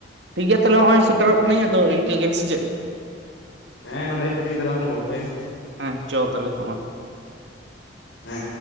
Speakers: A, on the right; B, on the left.
A: ᱴᱷᱤᱠ ᱜᱮᱭᱟ ᱛᱟᱦᱞᱮ ᱦᱚᱜᱼᱚᱭ ᱥᱮᱴᱮᱨᱚᱜ ᱠᱟᱹᱱᱟᱹᱧ ᱟᱫᱚ ᱤᱱᱠᱟᱹᱜᱮ, ᱦᱮᱸᱥᱮ ᱪᱮᱫ?
B: ᱦᱮᱸ ᱱᱚᱸᱰᱮ ᱦᱮᱡ ᱠᱟᱛᱮᱜ ᱜᱮ ᱫᱮᱞᱟ ᱵᱚᱱ ᱜᱚᱞᱯᱚᱭᱟ᱾
A: ᱦᱮᱸ ᱪᱚ ᱛᱟᱦᱚᱞᱮ ᱦᱚᱸᱜᱼᱚᱭ᱾
B: ᱦᱮᱸ